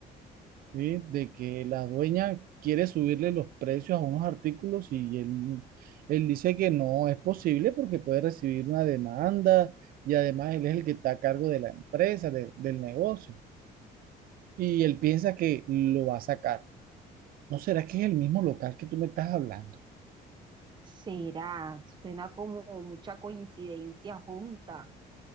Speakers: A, on the right; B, on the right.
A: ¿sí? De que la dueña quiere subirle los precios a unos artículos y él, él dice que no es posible porque puede recibir una demanda y además él es el que está a cargo de la empresa, de- del negocio. Y él piensa que lo va a sacar. ¿No será que es el mismo local que tú me estás hablando?
B: Será, suena como mucha coincidencia junta.